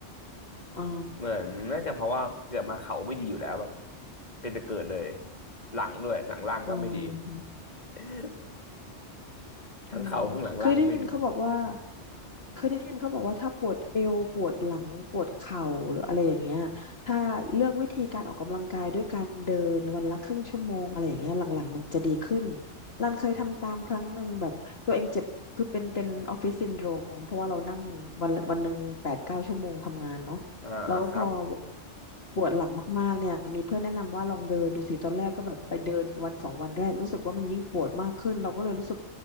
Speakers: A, on the left (about 60°); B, on the left (about 35°).
A: อ๋อ
B: เหมือนน่าจะเพราะว่าเกิดมาเข่าไม่ดีอยู่แล้วแบบเป็นแต่เกิดเลยหลังด้วยหลังล่างก็ไม่ดี
A: อืม
B: <laughs> ทั้งเข่าข้างหลังล่างไม่ดี
A: อืมเคยได้ยินเขาบอกว่าเคยได้ยินเขาบอกว่าถ้าปวดเอวปวดหลังปวดเข่าหรืออะไรอย่างเงี้ยถ้าเลือกวิธีการออกกำลังกายด้วยการเดินวันละครึ่งชั่วโมงอะไรอย่างเงี้ยหลังๆมันจะดีขึ้นรันเคยทำตามครั้งหนึ่งแบบตัวเองเจ็บคือเป็นเป็นออฟฟิศซินโดรมเพราะว่าเรานั่งวันละวันหนึ่งแปดเก้าชั่วโมงทำงานเนาะแล้วพอ
B: อ่าครับ
A: ปวดหลังมากๆเนี่ยมีเพื่อนแนะนำว่าลองเดินดูสิตอนแรกก็แบบไปเดินวันสองวันแรกรู้สึกว่ามันยิ่งปวดมากขึ้นเราก็เลยรู้สึก